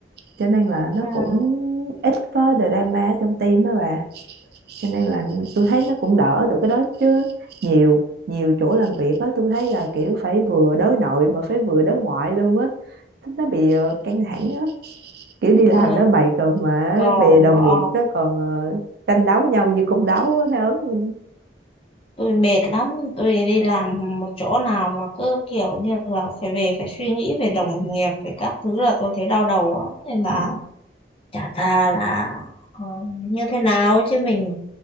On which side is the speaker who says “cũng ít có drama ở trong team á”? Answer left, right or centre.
Right